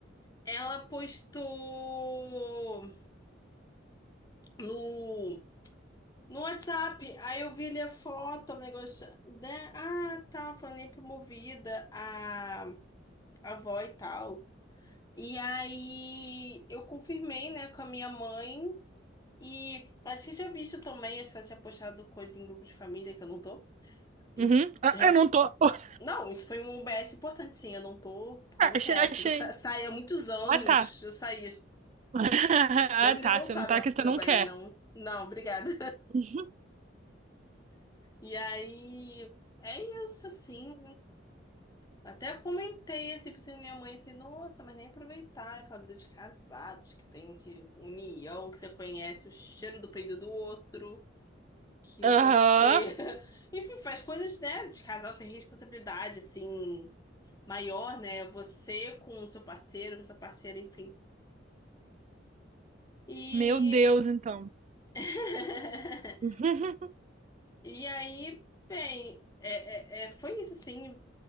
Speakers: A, on the left (about 20°); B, on the right (about 35°).
A: ela postou. no, no WhatsApp. Aí eu vi ali a foto, o negócio, né? Ah, tá, falando promovida, a, a avó e tal. E aí eu confirmei, né, com a minha mãe. E ela tinha visto também, acho que ela tinha postado coisa em grupo de família que eu não tô. E
B: Uhum. Ah,
A: já-
B: eu não tô. <laughs>
A: Não, isso foi um OBS importante, sim. Eu não tô, porque eu não
B: Achei,
A: quero.
B: achei.
A: Eu sa saí há muitos anos,
B: Ah, tá.
A: eu saí.
B: <laughs> Ah,
A: E deve
B: tá.
A: me voltar,
B: Você não tá
A: meu,
B: que você
A: meu
B: não
A: bem,
B: quer.
A: não. Não, obrigada.
B: Uhum.
A: E aí, é isso, assim. Até comentei, assim, pra minha mãe, falei, nossa, mas nem aproveitar aquela vida de casados que tem de união, que você conhece o cheiro do peido do outro, que
B: Aham.
A: você, <laughs> enfim, faz coisas, né, de casal sem responsabilidade, assim, maior, né, você com o seu parceiro, com a sua parceira, enfim. E...
B: Meu Deus, então.
A: <laughs>
B: Uhum.
A: E aí, bem, é, é, é, foi isso, assim,